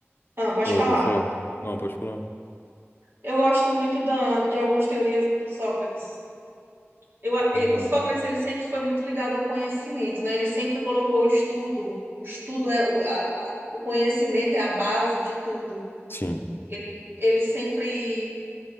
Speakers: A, on the right; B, on the left.
A: ah, pode
B: Oi,
A: falar.
B: pode falar. Não, pode falar.
A: Eu gosto muito da, de algumas teorias do Sócrates. Eu, a- e-
B: Ah,
A: o Sócrates ele sempre foi muito ligado ao conhecimento, né? Ele sempre colocou o estudo. O estudo é o, a- a- o conhecimento é a base de tudo.
B: Sim,
A: Ele, ele sempre